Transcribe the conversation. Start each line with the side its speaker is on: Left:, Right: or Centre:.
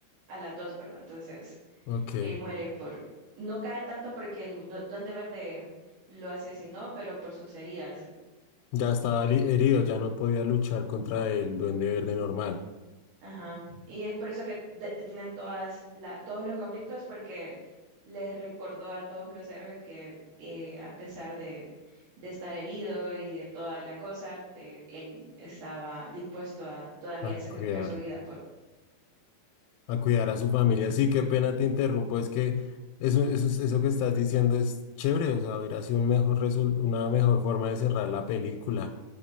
Right: a las dos, ¿verdad? Entonces,
Left: ok.
Right: él muere por, no cae tanto porque el du- Duende Verde lo asesinó, pero por sus heridas.
Left: Ya estaba li- herido, ya no podía luchar contra el Duende Verde normal.
Right: Ajá. Y es por eso que de- detienen todas la, todos los conflictos porque les recordó a todos los héroes que eh, a pesar de, de estar herido y de toda la cosa, eh, él estaba dispuesto a todavía
Left: Ah,
Right: sacrificar
Left: cuidar.
Right: su vida por...
Left: a cuidar a su familia. Sí, qué pena te interrumpo, es que eso, eso, es- eso que estás diciendo es chévere, o sea, hubiera sido un mejor resul- una mejor forma de cerrar la película.